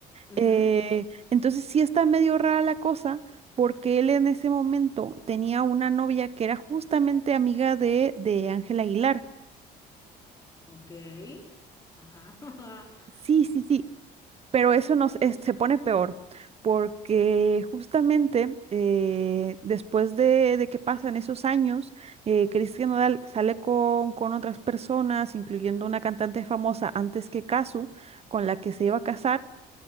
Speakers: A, on the left; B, on the right.
A: Ujú,
B: Eh, entonces sí está medio rara la cosa porque él en ese momento tenía una novia que era justamente amiga de de Ángela Aguilar.
A: Ok, ajá, <laughs>
B: Sí, sí, sí, pero eso nos, es- se pone peor porque justamente eh, después de, de que pasan esos años, eh, Cristian Nodal sale con, con otras personas, incluyendo una cantante famosa antes que Casu, con la que se iba a casar.